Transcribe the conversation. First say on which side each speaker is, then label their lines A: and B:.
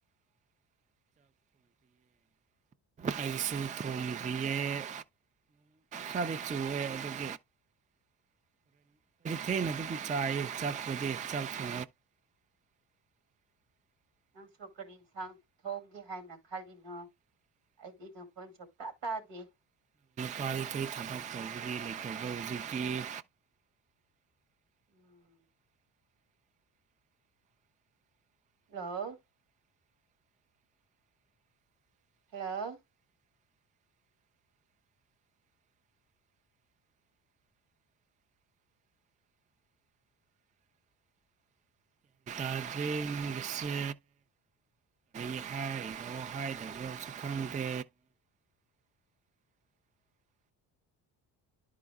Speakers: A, on the right; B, on the right.
A: ꯑꯥꯏꯁꯨ ꯐ꯭ꯔꯨꯝ ꯌꯦ ꯆꯂꯤꯠꯁꯨ ꯑꯦ ꯑꯗꯨ ꯊꯅ ꯑꯗꯨ ꯆꯥꯏ <inaudible> ꯆꯠꯄꯦ ꯆꯠ <inaudible>
B: ꯅꯪꯁꯨ ꯀꯔꯤ ꯌꯦꯟꯁꯥꯡ ꯊꯣꯡꯒꯦ ꯍꯥꯏꯅ ꯈꯜꯂꯤꯅꯣ ꯑꯩꯗꯤ ꯅꯈꯣꯏꯣꯟ ꯁꯣꯛꯇꯥ ꯇꯥꯗꯦ
A: ꯋꯥꯔꯀꯩ ꯊꯝꯕꯛ ꯀꯦ <inaudible> ꯍꯧꯖꯤꯗꯒꯤ
B: ꯎꯝ ꯍꯜꯂꯣ ꯍꯜꯂꯣ
A: ꯑꯗꯨꯁ ꯏꯕꯤꯍ ꯑꯗ